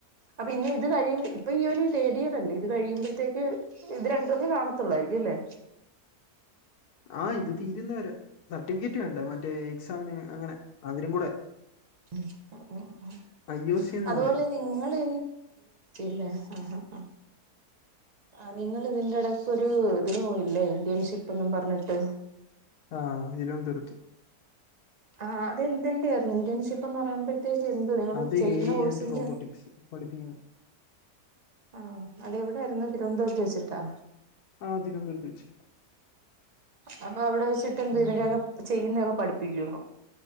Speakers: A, on the right; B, on the left.
A: അപ്പ ഇനി ഇത് കഴിയും ഇപ്പ ഈ ഒരു തേഡ് ഇയർല്ലേ, ഇത് കഴിയുമ്പോഴത്തേക്ക് ഇത് രണ്ടു മൊക്കെ കാണത്തുള്ളായിരിക്കും. ഇല്ലേ?
B: ആഹ് ഇത് തീരുന്നവരെ, സർട്ടിഫിക്കറ്റ് വേണ്ടേ മറ്റേ എക്സാമിന് അങ്ങനെ അവരും കൂടെ.
A: മ് ആഹ് ആഹ് ആഹ്
B: ഐ ഒ സി എന്ന്
A: അതുപോലെ
B: പറയും
A: നിങ്ങള് ല് <unintelligible> ആഹ് ഹ ഹ ആ നിങ്ങൾ ഇതിൻ്റെ എടക്കൊരു ഇതിന് പോയില്ലേ? ഇന്ത്യൻഷിപ്പ്ന്നും പറഞ്ഞിട്ട്.
B: ആഹ് തിരുവനന്തപുരത്ത്.
A: ആഹ് അതെന്തിൻ്റെയായിരുന്നു ഇന്റേൺഷിപ്പ് എന്ന് പറയണത്. പ്രത്യേകിച്ച് എന്ത്‌ നിങ്ങൾ
B: അത്
A: ചെയ്യുന്ന
B: എ ഐ
A: കോഴ്സിൻ്റെ
B: ആൻഡ് റോബോട്ടിക്സ് പഠിപ്പിക്കുന്നു
A: ആഹ് അതെവിടൊയിരുന്നു തിരുവനന്തപുരത്ത് വെച്ചിട്ടാ?
B: ആ തിരുവനന്തപുരത്ത് വെച്ച്.
A: അപ്പ അവിടെ വെച്ചിട്ട് എന്ത്
B: ഉം.
A: ഇതിൻ്റൊക്കെ ചെയ്യുന്നൊക്കെ പഠിപ്പിക്കോ?